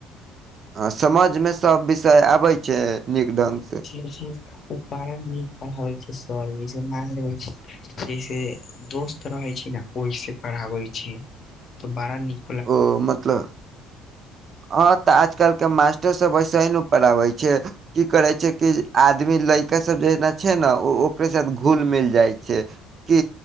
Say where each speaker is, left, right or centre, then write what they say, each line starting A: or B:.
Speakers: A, on the right (about 45°); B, on the left (about 45°).
A: हं समझ में सब विषय आबै छै, नीक ढंग से।
B: जी -जी ओ बड़ा नीक पढ़ाबै छय सरजी, जैसे मानलेबय छै जैसे दोस्त रहै छै न। ओय से पढ़ाबै छै, तऽ बड़ा निक
A: ओ मतल
B: <inaudible>
A: हं तऽ आजकल केँ मास्टर सब ऐसहि नु पढ़ाबै छैय। की करै छै कि आदमी लड़का सब जेना छै न, उ ओकरे साथ घुल मिल जाइ छय। कि